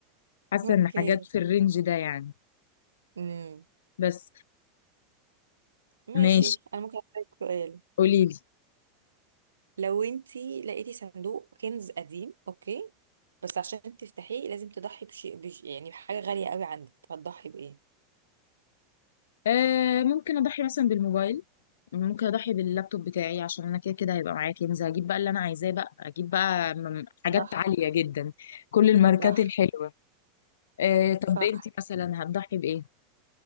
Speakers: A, on the left; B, on the right.
A: حاسه
B: أوكي
A: ان حاجات في الرينج ده يعني
B: امم
A: بس
B: ماشي
A: ماشي
B: أنا ممكن أسألك سؤال
A: قولي لي
B: لو أنت لقيتي صندوق كنز قديم أوكي بس عشان تفتحيه لازم تضحي بشيء بش... يعني بحاجة غالية قوي عندك هتضحي بإيه؟
A: آه ممكن اضحي مثلا بالموبايل ممكن اضحي باللابتوب بتاعي عشان انا كده كده هيبقى معايا كنز هجيب بقى اللي انا عايزاه بقى اجيب بقى م- حاجات
B: صح
A: عاليه جدا كل الماركات
B: صح
A: الحلوه آه طب
B: صح
A: انت مثلا هتضحي بايه